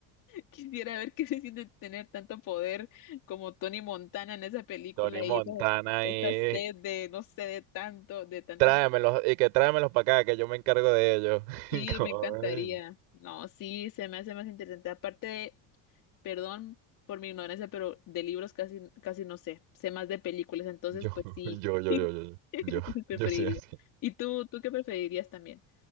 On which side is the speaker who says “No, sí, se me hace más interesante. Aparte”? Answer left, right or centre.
Left